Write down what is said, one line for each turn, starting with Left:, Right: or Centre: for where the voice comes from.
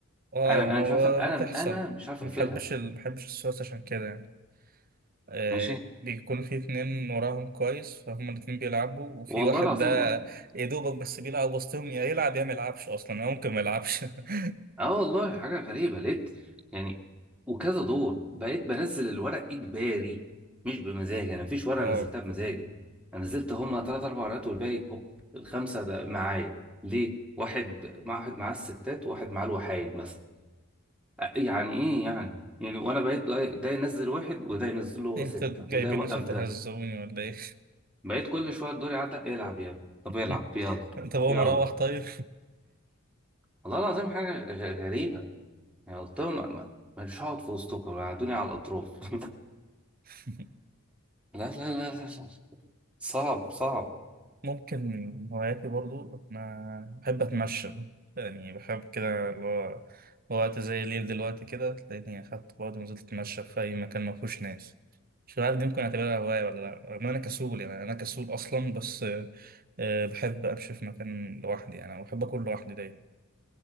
Right: اه
Centre: انا
Right: ما
Centre: انا
Right: هو
Centre: مش عارف انا
Right: بتحصل
Centre: انا مش عارف
Right: محبش
Centre: اقفلها
Right: ال... محبش السويس عشان كده يعني آه
Centre: ماشي
Right: بيكون في اتنين وراهم كويس فهم الاتنين بيلعبوا وفي
Centre: والله
Right: واحد
Centre: العظيم
Right: ده يا دوبك بس بيلعب وسطهم يا يلعب يا ما يلعبش اصلا او ممكن ما يلعبش <laughs>
Centre: اه والله حاجة غريبة لقيت يعني وكذا دور بقيت بنزل الورق إجباري مش بمزاجي أنا مفيش ورقة
Right: اه
Centre: نزلتها بمزاجي أنا نزلت هما تلات أربع ورقات والباقي هوب الخمسة ده معايا ليه؟ واحد مع واحد معاه الستات وواحد معاه الوحايد مثلا أ- يعني إيه يعني؟ يعني وأنا بقيت ده ده ينزل واحد وده ينزل له
Right: انت
Centre: ستة
Right: جايبين
Centre: وده يوقف
Right: عشان تهزوني
Centre: ده
Right: ولا ايه
Centre: بقيت كل شوية الدور يعدي العب يا ابني. طب العب
Right: <laughs>
Centre: يلا
Right: طب هو
Centre: يلا
Right: مروح طيب
Centre: والله العظيم حاجة غ- غريبة يعني قلت لهم ما- ما- مش هقعد في وسطكم قعدوني على الأطراف <laughs>
Right: <laughs>
Centre: لا لا لا لا لا. صعب صعب
Right: ممكن هواياتي برضو أنا بحب أتمشى يعني بحب كده اللي هو وقت زي الليل دلوقتي كده تلاقيني أخدت بعض ونزلت أتمشى في أي مكان ما فيهوش ناس مش عارف دي ممكن أعتبرها هواية ولا لأ رغم إن أنا كسول يعني أنا كسول أصلا بس آه، آه، بحب أمشي في مكان لوحدي يعني أنا بحب أكون لوحدي دايما